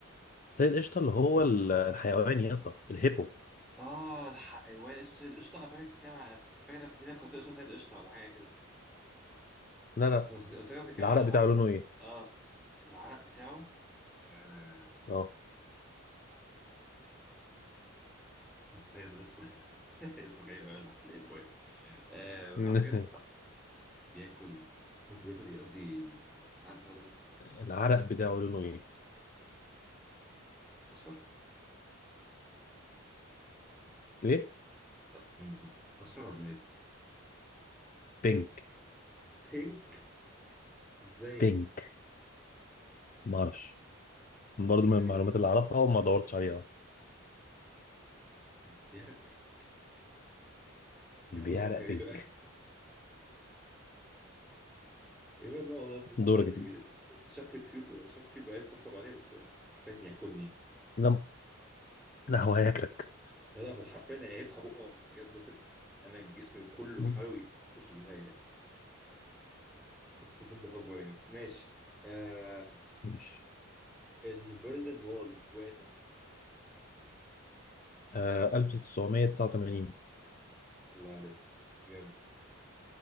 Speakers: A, on the left; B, in the centre.
A: سيد قشطة اللي هو الحيوان يا اسطى الهيبو
B: اه الحيوان اسمه سيد قشطة انا فاكر بتتكلم على فاكر ان كان في كرتون اسمه سيد قشطة ولا حاجة كده
A: لا لا
B: بس- بس- فاكر بتتكلم
A: العرق
B: على
A: بتاعه لونه
B: على-
A: ايه؟
B: اه العرق بتاعه آه،
A: اه
B: سيد قشطة <laughs> اسمه جاي من أول اللي هيبقى يعني آه،
A: <laughs>
B: أعتقد بياكل قصدي بياكل إيه قصدي العلم بتاعه لونه أصفر
A: العرق بتاعه لونه ايه؟
B: أصفر
A: ليه؟
B: أ- م- أصفر ولا إيه؟
A: بينك
B: بينك إزاي
A: بينك
B: يعني؟
A: ما اعرفش برضه
B: حاجة
A: من
B: غريبة
A: المعلومات
B: أوي
A: اللي اعرفها وما دورتش عليها
B: بيعرق بينك دي
A: بيعرق
B: معلومة معلومة غريبة
A: بينك
B: أوي إيه <laughs> إن هو هو
A: دورك
B: أصلا
A: دي
B: ي- شكله كيوت شكله كيوت بقى عايز أطبطب عليه بس ممكن حرفيا ياكلني
A: لا لا هو هياكلك
B: لا لا هو حرفيا هيفتح بقه بجد ممكن أنا جسمي كله
A: <laughs>
B: بحاله يخش جوايا تكون بأفور يعني ماشي آم.
A: ماشي
B: البرلين وول وقعت امتى؟
A: آه 1989
B: الله عليك جامد